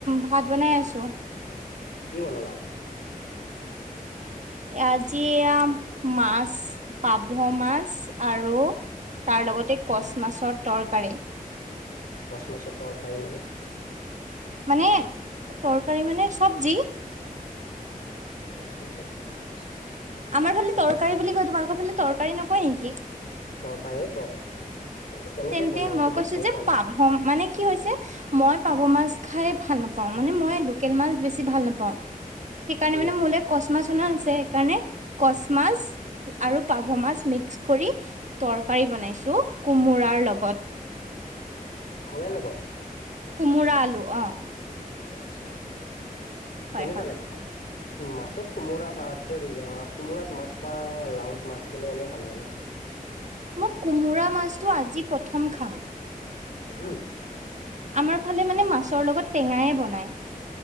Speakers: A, on the right; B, on the left.
A: ভাত বনাই আছোঁ।
B: কি বনালা আজি?
A: আজি আ মাছ পাভ মাছ। আৰু তাৰ লগতে
B: উম
A: কচ মাছৰ তৰকাৰী।
B: কচ মাছৰ তৰকাৰী মানে?
A: মানে তৰকাৰী মানে চবজি।
B: <unintelligible>
A: আমাৰ ফালে
B: আচ্ছা
A: তৰকাৰী
B: আচ্ছা
A: বুলি কয় তোমালোকৰ ফালে তৰকাৰী নকয় নেকি?
B: তৰকাৰীয়ে কয়। কিন্তু কেনেকে
A: তেন্তে
B: বনাই এইটো
A: মই কৈছোঁ
B: খাই
A: যে
B: পোৱা নাই
A: পাভ মানে কি হৈছে মই পাভ মাছ খাই ভাল ভাল‌ নাপাওঁ মানে মই লোকেল মাছ বেছি ভাল নাপাওঁ সেইকাৰণে
B: উম
A: মানে মোলে কচ মাছ মাছ আছে সেইকাৰণে কচ মাছ আৰু পাভ মাছ মিক্স। কৰি তৰকাৰী বনাইছোঁ কোমোৰাৰ লগত।
B: কোমোৰাৰ লগত।
A: কোমোৰা আলু অ।
B: আচ্ছা
A: হয়
B: কেনেকুৱা
A: হয়
B: লাগে তাক। মাছত কোমোৰা বা চৰি কোমোৰাত মাছ বা লাওত মাছ দিলে এনেও ভাল লাগে ন।
A: মোক কোমোৰা মাছটো আজি প্ৰথম খাম।
B: হম
A: আমাৰ ফালে মানে মাছৰ লগত টেঙাই বনায়।